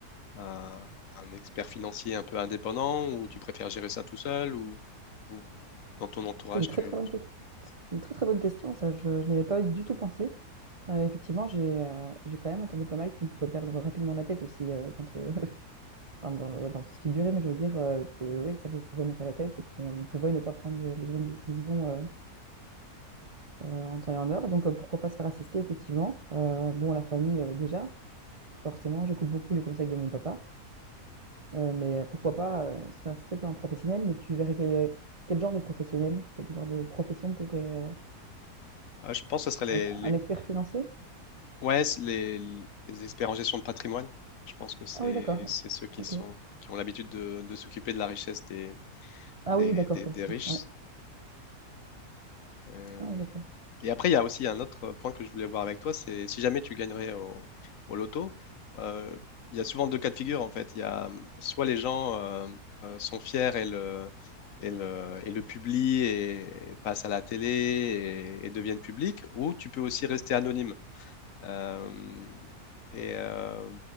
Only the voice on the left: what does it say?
à un expert financier un peu indépendant ou tu préfères gérer ça tout seul ou, ou dans ton entourage,
tu...
Ah, je pense que ce serait les,
les
Ouais, c'est les, les experts en gestion de patrimoine, je pense que c'est
c'est ceux qui
sont qui ont l'habitude de, de s'occuper de la richesse des,
des,
des-
des
riches.
Euh,
et après, il y a aussi un autre point que je voulais voir avec toi, c'est si jamais tu gagnerais au, au loto, euh, il y a souvent deux cas de figure en fait. Il y a euh, soit les gens euh, euh, sont fiers et le, et le, et le publient et, et passent à la télé et, et deviennent publics, ou tu peux aussi rester anonyme. Euh, et euh,